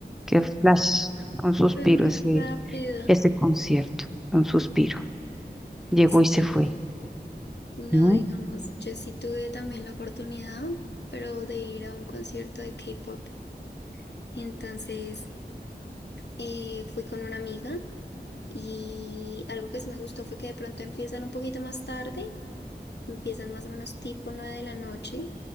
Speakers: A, in the centre; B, on the left.
A: Qué flash, un suspiro
B: Fue muy
A: ese,
B: rápido.
A: ese concierto, un suspiro. Llegó
B: Sí.
A: y se fue.
B: No,
A: ¿no?
B: digamos, yo sí tuve también la oportunidad, pero de ir a un concierto de K-pop. Entonces, eh, fui con una amiga y algo que sí me gustó fue que de pronto empiezan un poquito más tarde Empiezan más o menos tipo 9 de la noche.